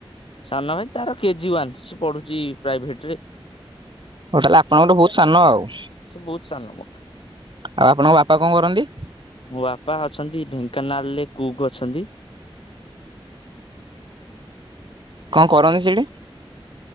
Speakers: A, on the left (about 65°); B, on the right (about 55°).
A: ସାନ ଭାଇ ତାର କେଜି ୱାାନ ସିଏ ପଢୁଛି ପ୍ରାଇଭେଟ ରେ।
B: ହୋଟ ତାହେଲେ ଆପଣଙ୍କଠୁ ବହୁତ ସାନ ଆଉ।
A: ସେ ବହୁତ ସାନ ମୋଠୁ।
B: ଆଉ ଆପଣଙ୍କ ବାପା କଣ କରନ୍ତି?
A: ମୋ ବାପା ଅଛନ୍ତି ଢେଙ୍କାନାଲରେ କୁକ୍ ଅଛନ୍ତି।
B: କଣ କରନ୍ତି ସେଇଠି?